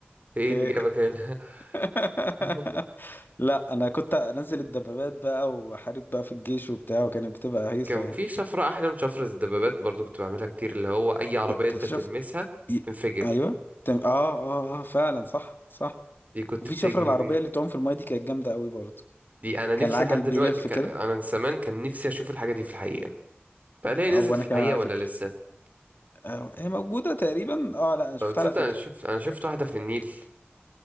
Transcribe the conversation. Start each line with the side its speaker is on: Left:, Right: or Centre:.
Right: ايه
Left: اوكي
Right: اللي جابك هنا
Left: <laughs>
Right: <laughs>
Left: لا انا كنت انزل الدبابات بقى واحارب بقى في الجيش وبتاع وكانت بتبقى هيصه
Right: كان
Left: يعني
Right: في شفرة احلى من شفرة الدبابات برضو كنت بعملها كتير اللي هو اي عربية انت
Left: كان في
Right: تلمسها
Left: شفر ي-
Right: تنفجر
Left: ايوه تم... اه اه اه فعلا صح صح
Right: دي كنت
Left: وفي
Right: بتجري
Left: شفره العربيه اللي تعوم في المايه دي كانت جامده قوي برضه
Right: دي انا نفسي
Left: كان العجل
Right: لحد دلوقتي
Left: بيلف
Right: ك...
Left: كده
Right: انا من زمان كان نفسي اشوف الحاجه دي في الحقيقه فهل هي نزلت
Left: او انا
Right: في الحقيقه
Left: كمان على
Right: ولا
Left: فكره
Right: لسه
Left: آه، هي موجوده تقريبا اه لا انا
Right: طب
Left: شفتها
Right: تصدق
Left: على فكره
Right: انا شفت انا شفت واحده في النيل